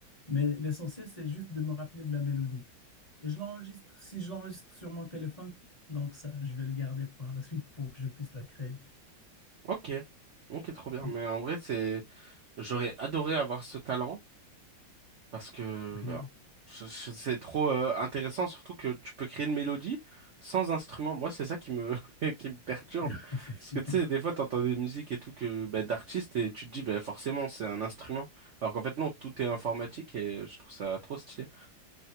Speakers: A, on the left (about 20°); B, on the right (about 55°).
A: Mais l'essentiel, c'est juste de me rappeler de la mélodie. Et je l'enregistre, si je l'enregistre sur mon téléphone, donc ça, je vais le garder par la suite pour que je puisse la créer.
B: Ok. Ok, trop bien.
A: De-
B: Mais en vrai, c'est, j'aurais adoré avoir ce talent. Parce que
A: Oui,
B: bah, je- je- c'est trop euh, intéressant, surtout que tu peux créer une mélodie sans instrument. Moi, c'est ça qui me, <laughs> qui me perturbe.
A: <laughs> effectivement.
B: Parce que tu sais, des fois, tu entends des musiques et tout que bah, d'artistes et tu te dis, bah, forcément, c'est un instrument. Alors qu'en fait, non, tout est informatique et je trouve ça trop stylé.